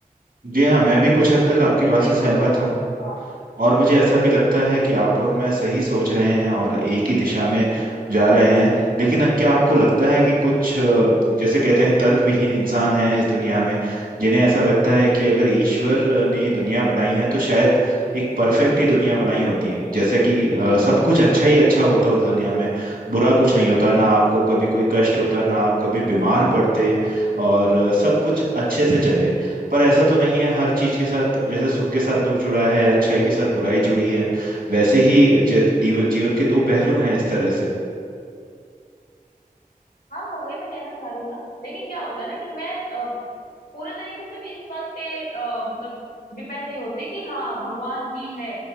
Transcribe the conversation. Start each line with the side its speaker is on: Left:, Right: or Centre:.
Right: जी हाँ मैं भी कुछ हद तक आपकी
Left: जैसे
Right: बात से
Left: कुछ
Right: सहमत
Left: लोग
Right: हूँ
Left: हाँ
Right: और मुझे ऐसा भी लगता है कि आप
Left: हम्म,
Right: और मैं सही सोच रहे हैं और एक ही दिशा में जा रहे हैं लेकिन क्या आपको लगता है कि कुछ अ,
Left: हाँ
Right: जैसे कहते हैं तर्कविहीन इंसान हैं इस दुनिया में जिन्हें ऐसा लगता है कि अगर ईश्वर ने ये दुनिया बनाई है तो शायद एक परफेक्ट ही दुनिया बनाई होती जैसे कि अ, सब कुछ अच्छा ही अच्छा होता उस दुनिया में बुरा कुछ नहीं होता ना आपको कभी कोई कष्ट होता ना आप कभी बीमार पड़ते और अ, सब कुछ अच्छे से चले पर ऐसा तो नहीं है हर चीज के साथ जैसे सुख के साथ दुख जुड़ा है अच्छाई के साथ बुराई जुड़ी है वैसे ही जे- दीव- जीवन के दो पहलू हैं इस तरह से
Left: हाँ हाँ, वही मैं कहना चाह रही हूँ ना लेकिन क्या होता है ना कि मैं अ, पूरे तरीके से भी इस बात पे अ, मतलब डिपेंड नहीं होती कि हाँ भगवान ही है